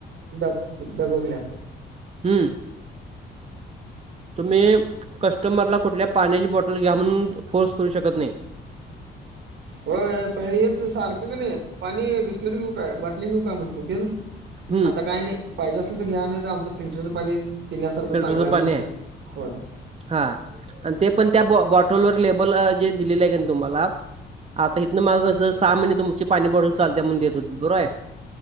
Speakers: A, on the right; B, on the right.
A: दब दबकल्यात
B: हू तुम्ही कस्टमरला कुठल्या पाण्याची बॉटल घ्या म्हणून फोर्स करू शकत नाही
A: व्हय पहिल येत सारखं कणी पाणी बिस्लेरी घेऊ काय बाटली घेऊ काय म्हणत होतील
B: हम्म
A: आता काय नाही पाहिजे असल तर घ्या नाही तर आमचं फिल्टरचं पाणी पिण्यासारखं
B: फिल्टरचं
A: चांगलं आहे म्हणत्यात
B: पाणी
A: होय
B: हा आणि ते पण त्या बॉटलवर लेबल अ जे दिलेले आहे कणी तुम्हाला आता इथनं मागं कस सहा महिने तुमची पाणी बॉटल चालत्या म्हणून देत होतीत बरोबर आहे